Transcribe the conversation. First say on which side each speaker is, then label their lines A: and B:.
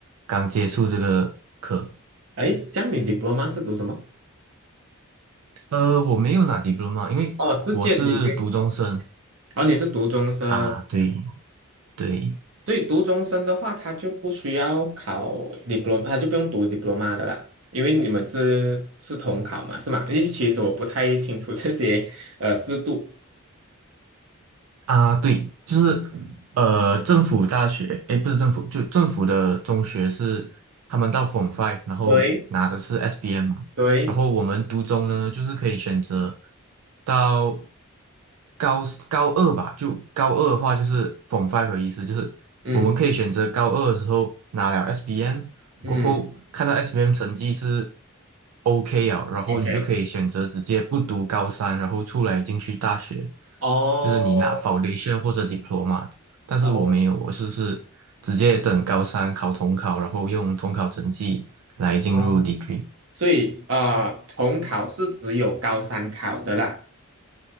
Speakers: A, on the right; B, on the right.
A: 刚接触这个课，
B: 哎，这样你 diploma 是读什么？
A: 呃，我没有拿 diploma，因为我是读中生
B: 哦，直接 degree。哦，你是读中生。
A: 啊，对对。
B: 所以读中生的话，他就不需要考 diploma，他就不用读 diploma 的啦，因为你们是是统考嘛，是吗？因为其实我不太清楚这些呃制度。
A: 啊，对，就是呃，政府大学，诶，不是政府，就政府的中学是他们到 Form Five，然后拿的是
B: 对
A: SBM 嘛，
B: 对，
A: 然后我们读中呢，就是可以选择到高 s- 高二吧，就高二的话就是 Form Five 的意思，就是我们可以选择高二的时候拿了
B: 嗯
A: SBM，
B: 嗯
A: 过后看到 SBM 成绩是 OK 啊，然后你就可以选择直接不读高三，
B: ，OK，
A: 然后出来进去大学，
B: 哦
A: 就是你拿 Foundation 或者 Diploma，但是我没有，
B: 哦
A: 我是是直接等高三考统考，然后用统考成绩来进入
B: 哦，
A: degree。
B: 所以呃，统考是只有高三考的啦，